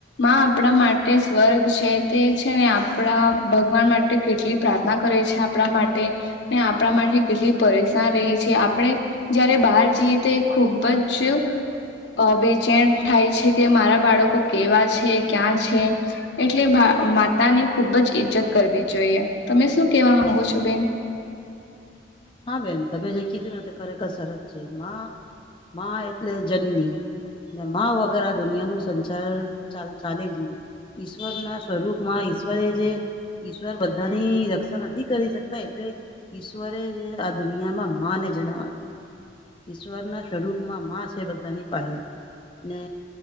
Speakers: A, on the left; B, on the left.
A: માં આપણા માટે સ્વર્ગ છે તે છે ને આપણા ભગવાન માટે કેટલી પ્રાર્થના કરે છે આપણા માટે ને આપણા માટે કેટલી પરેશાન રે છે આપણે જયારે બહાર જઈએ તે ખૂબ જ અ બેચેણ થાય છે. કે મારા બાળકો કેવા છે, ક્યાં છે? એટલે બા માતાની ખુબ જ ઈજ્જત કરવી જોઈએ. તમે શું કેવા માંગો છો બેન?
B: હા બેન તમે જે કીધું ને તે ખરેખર સરસ છે. માં માં એટલે જનની ને માં વગર આ દુનિયાનું સંચાર ચાલ ચાલે જ નહીં. ઈશ્વરના સ્વરૂપમાં ઈશ્વરે જે ઈશ્વર બધાની રક્ષા નથી કરી શકતા એટલે ઈશ્વરે આ દુનિયામાં માં ને જન્મ આપ્યો. ઈશ્વરના સ્વરૂપમાં માં છે બધાની પાહે. ને